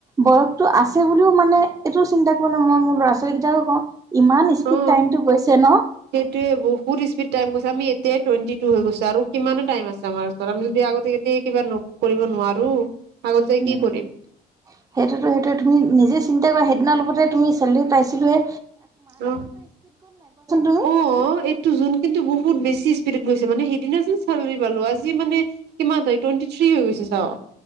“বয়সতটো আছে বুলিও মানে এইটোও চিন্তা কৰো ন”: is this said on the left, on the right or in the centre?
Right